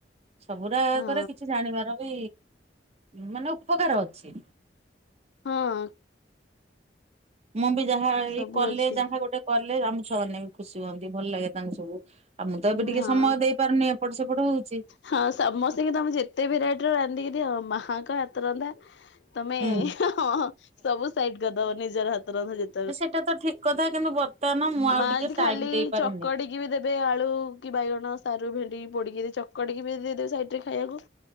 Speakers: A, on the right (about 35°); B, on the left (about 75°).
A: ସବୁୁରାକରେ
B: ହଁ
A: କିଛି ଜାଣିବାର ବି ମାନେ ଉପକାର ଅଛି।
B: ହଁ
A: ମୁଁ ବି ଯାହା ଏଇ
B: ସବୁ
A: କଲେ
B: ଅଛି
A: ଯାହା ଗୋଟେ କଲେ ଆମ ଛୁଆ ମାନେ ବି ଖୁସି ହୁଅନ୍ତି ଭଲ ଲାଗେ ତାଙ୍କୁ ସବୁ ଆଉ ମୁଁ ତ
B: ହଁ।
A: ଏବେ ଟିକେ ସମୟ ଦେଇପାରୁନି ଏପଟ ସେପଟ ହଉଚି।
B: ହଁ ସମସ୍ତ କି ତମେ ଯେତେ ବି ରେଟର ର ରାନ୍ଧିକି ଦିଅ ମାଙ୍କ ହାତ ରନ୍ଧା ତମେ
A: ହୁଁ।
B: ହଁ ସବୁ ସାଇଟ କରିଦବ ନିଜର ହାତ ରନ୍ଧା ଯେ
A: ଆରେ ସେଇଟା ତ ଠିକ କଥା। କିନ୍ତୁ ବର୍ତ୍ତମାନ ମୁଁ
B: ଆ
A: ଆଉ
B: ମା
A: ଟିକେ
B: ଯଦି
A: ଟାଇମ
B: ଖାଲି
A: ଦେଇ ପାରୁନି।
B: ଚକଡିକି ବି ଦେବେ ଆଳୁ କି ବାଇଗଣ ସାରୁ, ଭେଣ୍ଡି ପୋଡିକି ଚକଟିକି ବି ଦେଇଦବେ ସାଇଟରେ ଖାଇଆକୁ।